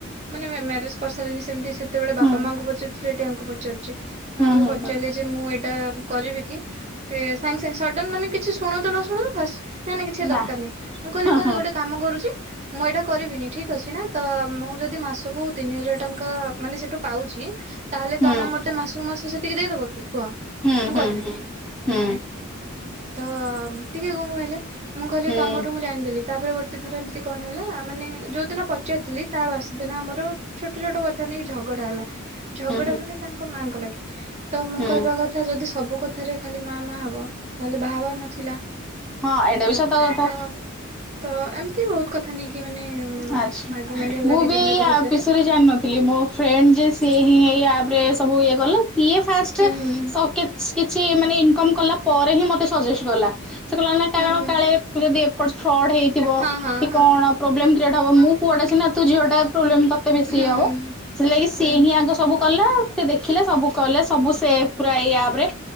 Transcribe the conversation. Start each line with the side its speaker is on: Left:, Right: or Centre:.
Right: ମାନେ ମ୍ୟାରେଜ କରିସାରିଲିନି ସେମିତି ସେତେବେଳେ ବାପା
Centre: ହୁଁ
Right: ମାଙ୍କୁ ପଚାରୁିଥିଲେ ଏଠି ଆଙ୍କୁ ପଚାରୁ
Centre: ହୁଁ
Right: ୟାଙ୍କୁ
Centre: ହୁଁ
Right: ପଚାରିଲି
Centre: ହୁଁ
Right: ଯେ ମୁଁ ଏଇଟା କରିବି କି ସେ ସାଙ୍ଗେ ସାଙ୍ଗେ ସଡନ ମାନେ କିଛି ଶୁଣନ୍ତୁ ନ ଶୁଣନ୍ତୁ ଫ ନାଇଁ ନାଇଁ କିଛି
Centre: ନା
Right: ଦରକାର ନାହିଁ, ମୁଁ କହିଲି
Centre: ହଁ
Right: କହିଲି
Centre: ହଁ
Right: ଗୋଟେ କାମ କରୁଛି ମୁଁ ଏଇଟା କରିବିନି ଠିକ ଅଛି ନା ତ ମୁଁ ଯଦି ମାସକୁ ତିନି ହଜାର ଟଙ୍କା ମାନେ ସେଠୁ ପାଉଛିି ତାହେଲେ
Centre: ହୁଁ
Right: ତମେ ମତେ ମାସକୁ ମାସ ସେତିକି ଦେଇଦବ କି କୁହ?
Centre: ହୁଁ
Right: ମୁଁ
Centre: ହୁଁ
Right: କରିବିନି
Centre: ହୁଁ ହୁଁ
Right: ତ ଟିକେ ଗୁଁ ଗୁଁ ହେଲେ, ମୁଁ କହିଲି
Centre: ହୁଁ
Right: ତମଠୁ ମୁ ଜାଣିଦେଲି । ତାପରେ ଗୋଟେ ଥର ଏମିତି କଣ ହେଲା ମାନେ ଯୋଉ ଦିନ ପଚାରିଥିଲି ତା ବାସ ଦିନ ଆମର ଛୋଟ ଛୋଟକଥା ନେଇକି ଝଗଡା ହେଲା, ଝଗଡା
Centre: ହୁଁ
Right: ମାନେ ତାଙ୍କ ମାଙ୍କ ଲାଗି ତ ମୁଁ
Centre: ହୁଁ
Right: କହିବା କଥା ଯଦି ସବୁ କଥାରେ ଖାଲି ମା ମା ହବ, ତାହଲେ ବାହାଘର ନଥିଲା
Centre: ହଁ ଏଇଟା
Right: ହେଲା
Centre: ବି ସତ କଥା।
Right: ତ, ତ ଏମିତି ବହୁତ କଥା ନେଇକି ମାନେ
Centre: ଆଛା,
Right: ଆର୍ଗୁମେଣ୍ଟ ହେଲା
Centre: ମୁଁ
Right: ଦି
Centre: ବି
Right: ଜଣ
Centre: ଏଇ
Right: ଯାକ
Centre: ଆପ
Right: ଭିତରେ
Centre: ବିଷୟରେ ଜାଣିିନଥିଲି ମୋ ଫ୍ରେଣ୍ଡ ଯେ ସିଏ
Right: ହୁଁ
Centre: ହିଁ ବୁ ଇ ଗ ସି ଫ
Right: ହୁଁ ହୁଁ ହୁଁ
Centre: <unintelligible> କିଛି ମାନେ ଇନକମ କଲା ପରେ ହିଁ, ମତେ ସଜେଷ୍ଟ କଲା, ସେ କହିଲା କାରଣ
Right: ହୁଁ ହୁଁ
Centre: କାଳେ ଯଦି ଫ୍ରଡ଼ ହେଇଥିବ
Right: ହଁ ହଁ
Centre: କି
Right: ହଁ
Centre: କଣ ପ୍ରୋବ୍ଲେମ କ୍ରିଏଟ୍ ହବ ମୁଁ କୁଆଡେ ସିନା ତୁ ଝିଅ ଟା ପ୍ରୋବଲେମ ତତେ ବେଶୀ
Right: ହୁଁ
Centre: ହବ,
Right: ହୁଁ
Centre: ସେହି ଲାଗି
Right: ହୁଁ
Centre: ସିଏ ହିଁ ଆଗ ସବୁ କଲା ସେ ଦେଖିଲା ସବୁ କଲେ ସବୁ ସେ ପୁରା ଏଇ ଆପ ରେ,